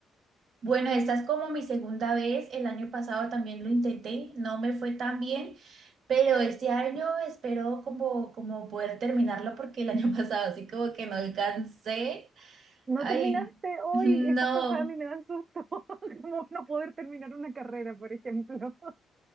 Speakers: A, on the right; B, on the right.
A: Bueno, esta es como mi segunda vez, el año pasado también lo intenté, no me fue tan bien, pero este año espero como, como poder terminarlo porque el año <laughs> pasado así como que no alcancé.
B: No
A: Ay,
B: terminaste hoy.
A: no.
B: Esas cosas a mí me dan susto. <laughs> Como no poder terminar una carrera, por ejemplo. <laughs>